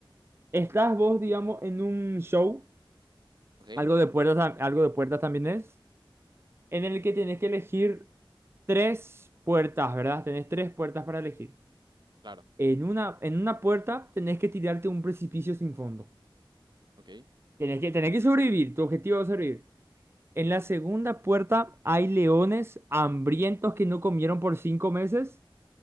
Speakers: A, on the right; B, on the right.
A: estás vos, digamos, en un show,
B: Ok,
A: algo de puertas, tam- algo de puertas también es, en el que tenés que elegir tres puertas, ¿verdad? Tenés tres puertas para elegir.
B: claro,
A: En una, en una puerta tenés que tirarte un precipicio sin fondo.
B: ok.
A: Tenés que, tenés que sobrevivir, tu objetivo es sobrevivir. En la segunda puerta hay leones hambrientos que no comieron por cinco meses.